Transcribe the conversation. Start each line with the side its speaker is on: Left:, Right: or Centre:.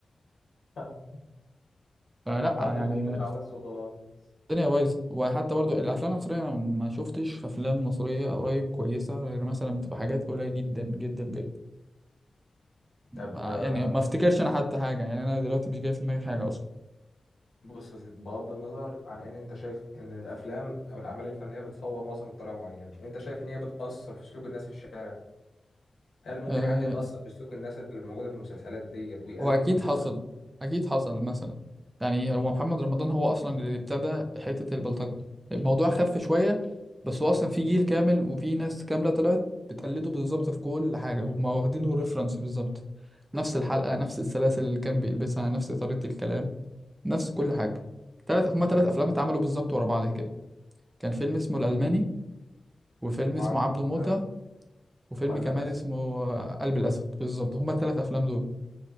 Left: <laughs>
Right: فلا
Left: أعمل
Right: يعني
Left: المتعة بس وخلاص
Right: الدنيا بايظه وحتى برضو الافلام المصريه انا ما شفتش افلام مصريه قريب كويسه غير مثلا بتبقى حاجات قليله جدا جدا جدا
Left: طب
Right: يعني
Left: آه،
Right: ما افتكرش انا حتى حاجه يعني انا دلوقتي مش جاي في دماغي حاجه اصلا
Left: بص يا سيدي بغض النظر عن ان انت شايف ان الافلام او الاعمال الفنيه بتصور مصر بطريقه معينه انت شايف ان هي بتاثر في سلوك الناس في الشارع هل ممكن
Right: آه،
Left: حد يتاثر بسلوك الناس اللي موجوده في المسلسلات ديت ويقلدهم
Right: هو اكيد حصل
Left: مثلا
Right: اكيد حصل مثلا يعني هو محمد رمضان هو اصلا اللي ابتدى حته البلطجه الموضوع خف شويه بس هو اصلا في جيل كامل وفي ناس كامله طلعت بتقلده بالظبط في كل حاجه هم واخدينه ريفرنس بالظبط نفس الحلقه نفس السلاسل اللي كان بيلبسها نفس طريقه الكلام نفس كل حاجه تلات هم تلات
Left: فاهم
Right: افلام اتعملوا بالظبط ورا بعض كده كان فيلم اسمه الالماني وفيلم
Left: وعبده
Right: اسمه عبده
Left: موته
Right: موتة وفيلم
Left: قلب
Right: كمان
Left: الاسد
Right: اسمه قلب الاسد بالظبط هما التلات افلام دول